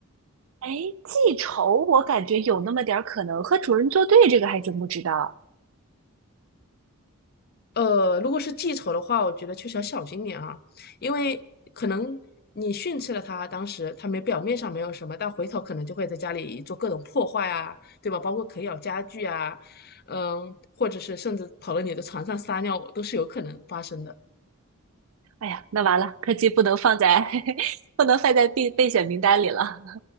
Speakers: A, on the right; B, on the left.
A: 哎，记仇我感觉有那么点儿可能，和主人作对这个还真不知道。
B: 呃，如果是记仇的话，我觉得确实要小心点啊，因为可能你训斥了他，当时他没表面上没有什么，但回头可能就会在家里做各种破坏啊，对吧？包括啃咬家具啊，嗯，或者是甚至跑到你的床上撒尿，都是有可能发生的。
A: 哎呀，那完了，柯基不能放在 <laughs> 不能放在备备选名单里了。